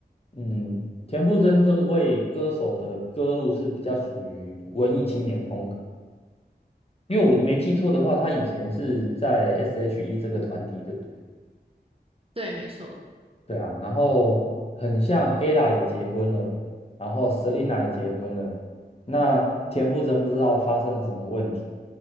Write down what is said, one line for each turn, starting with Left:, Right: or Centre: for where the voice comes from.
Left: 嗯，田馥甄这位歌手的歌路是比较属于文艺青年风格。因为我没记错的话，他以前是在 S.H.E 这个团体，对不对？
Right: 对，没错，
Left: 对啊，然后很像 ella 也结婚了，然后 Selina 也结婚了，那田馥甄不知道发生了什么问题，